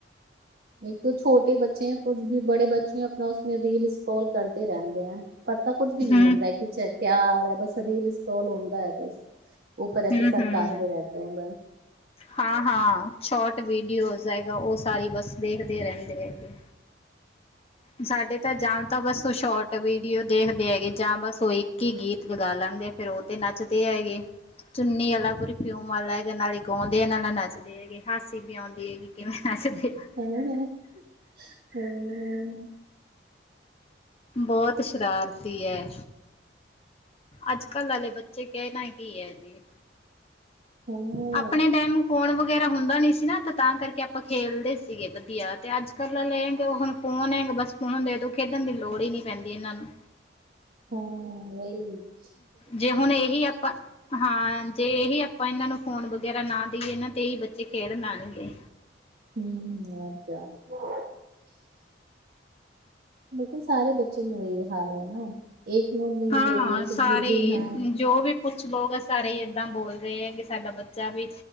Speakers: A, on the right; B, on the left.
A: ਇੱਕ ਤੋਂ ਛੋਟੇ ਬੱਚੇ ਹੈਂ, ਕੁਝ ਵੀ ਬੜੇ ਬੱਚੇ ਆਪਣਾ ਉਸ ਮੇਂ ਰੀਲ ਸਕਰੋਲ ਕਰਦੇ ਰਹਿੰਦੇ ਹੈ। ਪਤਾ ਕੁੱਝ ਵੀ ਨਹੀਂ
B: ਹੂੰ।
A: ਹੁੰਦਾ, ਕਿ ਪਿਆਰ ਹੈ, ਬਸ ਰੀਲ ਸਕ੍ਰਾਲ ਹੁੰਦਾ ਹੈ, ਬਸ। ਉਪਰ ਐਸੇ
B: ਹੂੰ
A: ਸਰਕਾਂਦੇ
B: ਹੂੰ।
A: ਰਹਿਤੇ ਹੈ ਬਸ।
B: ਹਾਂ ਹਾਂ ਸ਼ੋਟ ਵੀਡੀਓਜ਼ ਹੈਗਾ, ਉਹ ਸਾਰੀ ਬੱਸ ਵੇਖਦੇ ਰਹਿੰਦੇ ਹੈਗੇ। ਸਾਡੇ ਤੇ ਜਾਂ ਤਾਂ ਬਸ ਉਹ ਸ਼ੋਰਟ ਵੀਡੀਓ ਦੇਖਦੇ ਹੈਗੇ ਜਾਂ ਬਸ ਉਹ ਇੱਕ ਹੀ ਗੀਤ ਲਗਾ ਲੈਂਦੇ ਫੇਰ ਉਹ। ਤੇ ਨੱਚਦੇ ਹੈਗੇ ਚੁੰਨੀ ਵਾਲਾ ਪਰਫਿਊਮ ਵਾਲਾ ਹੈਗਾ ਨਾਲ ਆਂਦਯਾ ਨਾਲ ਨੱਚਦੇ ਹੈਗੇ ਹਾਸੀ ਵੀ ਆਉਂਦੀ ਹੈਗੀ ਕਿਵੇਂ ਨੱਚਦੇ ਆ।
A: <unintelligible>
B: ਬਹੁਤ ਸ਼ਰਾਰਤੀ ਹੈ ਅੱਜ ਕੱਲ੍ਹ ਵਾਲੇ ਬੱਚੇ ਕਹਿਨਾ ਕੀ ਹੈ ਜੀ।
A: <unintelligible>
B: ਆਪਣੇ ਟਾਈਮ ਫੋਨ ਵਗੈਰਾ ਹੁੰਦਾ ਨੀ ਸੀ ਨਾ ਤੇ ਤਾਂ ਕਰਕੇ ਆਪਾਂ ਖੇਲਦੇ ਸੀਗੇ ਵਧੀਆ। ਤੇ ਅੱਜ ਕੱਲ੍ਹ ਆਲੇ ਇਹ ਹੈ ਹੁਣ ਫੋਨ ਹੈ ਬਸ ਫੋਨ ਦੇਦੋ ਖੇਡਣ ਦੀ ਲੋੜ ਹੀ ਨਹੀਂ ਪੈਂਦੀ ਇਹਨਾਂ ਨੂੰ।
A: <unintelligible>
B: ਜੇ ਹੁਣ ਇਹੀ ਆਪਾਂ ਹਾਂ ਜੇ ਇਹੀ ਆ ਆਪਾਂ ਇਹਨਾਂ ਨੂੰ ਫੋਨ ਵਗੈਰਾ ਨਾ ਦੇਈਏ ਨਾ ਤੇ ਏਹੀ ਬੱਚੇ ਖੇਡ ਲੈਣਗੇ।
A: <unintelligible> ਲੇਕਿਨ ਸਾਰੇ ਬੱਚੇ ਨੂੰ ਇਹੀ ਹਾਲ ਹੈ ਨਾ। ਇੱਕ ਨੂੰ ਨਹੀਂ
B: ਹਾਂ
A: ਦੋਗੇ ਫਿਰ
B: ਸਾਰੇ
A: ਦੂਜੇ ਨਾ
B: ਜੋ ਵੀ ਕੁਛ ਲੋਕ ਆ ਸਾਰੇ ਹੀ ਇੱਦਾਂ ਬੋਲਦੇ ਹੈ ਕਿ ਸਾਡਾ ਬੱਚਾ ਵੀ